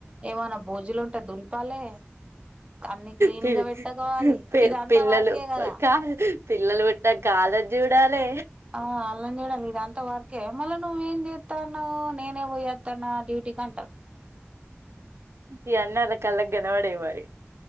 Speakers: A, on the right; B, on the right.
A: ఏమన్నా భోజులు ఉంటే దులుపాలే అన్ని క్లీన్
B: పి
A: గా పెట్టుకోవాలి
B: పి
A: ఇదంత
B: పిల్లలు
A: వర్కే కదా
B: కా పిల్లలు పుట్టినంక ఆళ్ళను చూడాలే
A: ఆ అల్లాని చూడాలి ఇదంత వర్కే మళ్ళా నువ్వేం చేత్తనవ్ నేనే పోయేత్తన డ్యూటీకీ అంటారు
B: ఈయన్ని అళ్ళ కాళ్ళకనపడయి మరి